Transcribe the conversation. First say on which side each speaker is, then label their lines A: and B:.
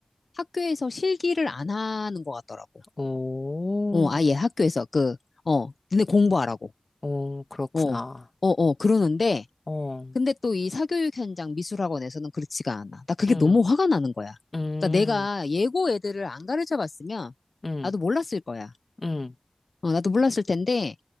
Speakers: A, on the left; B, on the left.
A: 학교에서 실기를 안 하는 것 같더라고.
B: 오.
A: 어, 아예 학교에서 그, 어, 니네 공부하라고.
B: 오, 그렇구나.
A: 어, 어, 어, 그러는데,
B: 어,
A: 근데 또 이 사교육 현장 미술학원에서는 그렇지가 않아. 나 그게
B: 응,
A: 너무 화가 나는 거야.
B: 응,
A: 그러니까 내가 예고 애들을 안 가르쳐 봤으면
B: 응,
A: 나도 몰랐을 거야.
B: 응,
A: 어, 나도 몰랐을 텐데